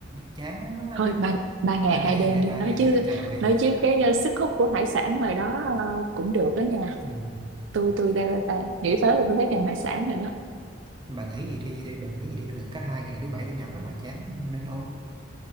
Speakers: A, on the right; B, on the right.
A: Chán lắm á.
B: thôi ba ba ngày
A: Ba ngày
B: hai đêm
A: để
B: đi
A: ba
B: nói
A: ngày
B: chứ
A: đi, trời. ơi.
B: nói chứ cái ờ, sức hút của hải sản ngoài đó ờ, cũng được đó nha
A: Ừ.
B: tôi tôi đang, đang nghĩ tới là tôi thấy thèm hải sản rồi đó
A: Bà nghĩ gì đi đi, bà nghĩ gì đi du lịch có hai ngày thứ bảy chủ nhật rất là chán nên ô